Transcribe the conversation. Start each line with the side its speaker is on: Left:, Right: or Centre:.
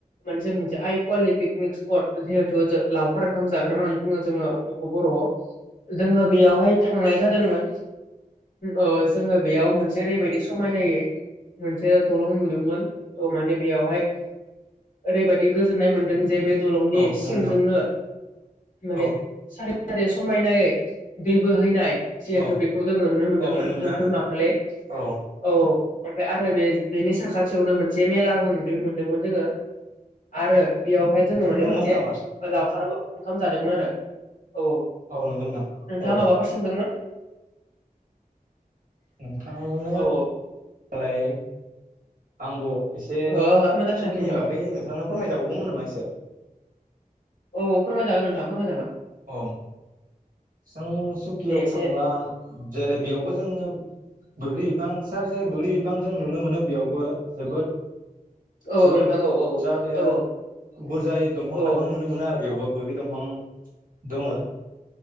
Left: माने जों मोनसे आइ कुवालि पिकनिक स्पट जिहेथु जो लावखार ओंखाम जाग्रा होननानै बुङो जोङो बेखौ बर'आव जोङो बेयावहाय थांनाय जा दोंमोन ओ जोङो बेयाव मोनसे ओरैबायदि समायनायै मोनसे दलं नुदोंमोन तह माने बेयावहाय ओरैबायदि गोजोननाय मोनदों जे बे दलंनि
Right: औ नंगौ
Left: सिंजोंनो
Right: नोंथां
Left: माने
Right: औ
Left: समायनायै दै बोहैनाय जिहेथु
Right: औ
Left: बेखौ जोङो नुनो मोनदोंमोन
Right: औ नंगौ नोंथां
Left: जोंखोल माखाे
Right: औ नंगौ नोंथां नंगौ नोंथां नुनो मोनो आरो
Left: औ औ ओमफ्राय आरो बे बेनि साखाथियावनो मोनसे मेलाबो नुनो मोनदोंमोन जोङो आरो बेयावहाय जोङो
Right: नोंथां
Left: माने मोनसे
Right: दंबावो नामा?
Left: लावखार ओंखाम जादोंमोन आरो औ औ
Right: नंगौ नोंथां
Left: नोंथाङा
Right: औ
Left: माबाफोर सोंदोंमोन
Right: नोंथांनो
Left: औ औ
Right: लाय आंबो एसे
Left: हो हो मोजां खोनायाखै
Right: सुखिनि
Left: नोंथां
Right: बागै नोंथांनो फोरमायजाबावगौमोन नामा एसे
Left: औ फोरमायजागोन नोंथां फोरमायजागोन
Right: औ जों सुकियाव
Left: दे एसे
Right: थांब्ला जेरै बेयावबो जोङो बोग्रि बिफां सारि सारि बोग्रि बिफां जों नुनो मोनो बेयावबो जोबोद
Left: औ
Right: जोबोद
Left: औ नोंथां औ औ औ
Right: जाहाथे
Left: औ
Right: बुरजायै दंफां
Left: औ
Right: लाइफां नुनो मोनो आरो बेयावबो बबे दंफां दङ